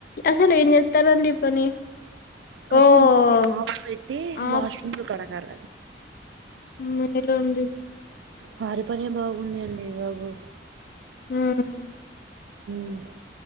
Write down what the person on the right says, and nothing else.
కసు
నుంచి మాపు పెట్టి
వాష్ రూమ్ లు కడగాల
వారి పనే బాగుంది అండి ఇ బాబు
మ్